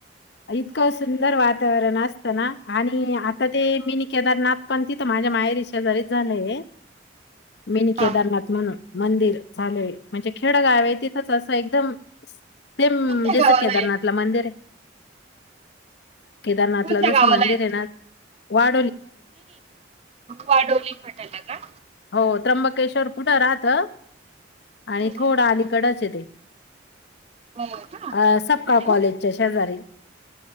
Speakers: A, on the left (about 60°); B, on the right (about 30°).
A: इतकं सुंदर वातावरण असतं ना आणि आता ते मिनी केदारनाथ पण तिथं माझ्या माहेरी शेजारीच झालंय मिनी केदारनाथ
B: हा
A: म्हणून मंदिर झालय म्हणजे खेडगाव आहे तिथंच असं एकदम सेम
B: कोणत्या
A: जसं
B: गावाला
A: केदारनाथ
B: आहे
A: ला मंदिर आहे केदारनाथ
B: कोणत्या
A: ला जस
B: गावाला
A: मंदिर
B: ते
A: आहे ना वा
B: वाडोली फट्याला का
A: हो त्र्यंबकेश्वर पुढे राहत आणि
B: हम्म, हम्म.
A: थोडं अलीकडच आहे ते
B: हो का
A: अ सबका
B: अरे वा
A: कॉलेजच्या शेजारी